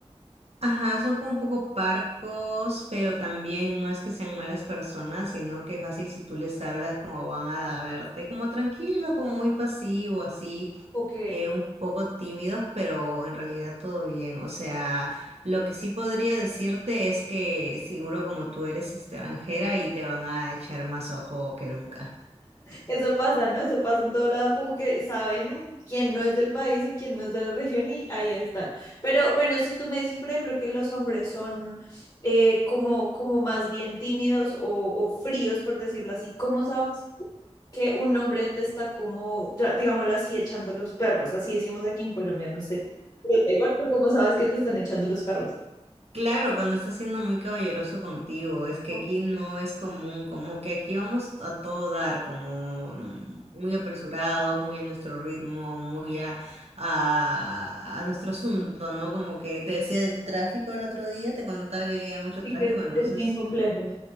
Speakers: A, on the right (about 65°); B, on the left (about 35°).
A: Ajá, son como un poco parcos, pero también no es que sean malas personas, sino que es fácil si tú les hablas como van a hablarte como tranquilo, como muy pasivo, así,
B: Ok,
A: eh, un poco tímidos, pero en realidad todo bien. O sea, lo que sí podría decirte es que seguro como tú eres extranjera y te van a echar más ojo que nunca.
B: Eso pasa, ¿no? Eso pasa en todo lado, como que saben quién no es del país o quién no es de la región y ahí están. Pero bueno, si tú me dices, por ejemplo, que los hombres son eh, como, como más bien tímidos o, o fríos, por decirlo así, ¿cómo sabes que un hombre te está como, ya, digámoslo así, echando los perros? Así decimos aquí en Colombia, no sé. Pero da igual, pero ¿cómo sabes que te están echando los perros?
A: Claro, cuando está siendo muy caballeroso contigo, es que
B: ¿No?
A: aquí no es común, como que aquí vamos a todo dar, como mm, muy apresurados, muy a nuestro ritmo, muy a, a, a nuestro asunto, ¿no? Como que te decía del tráfico el otro día, te contaba que había mucho
B: Sí
A: tráfico,
B: que es,
A: entonces
B: es bien complejo.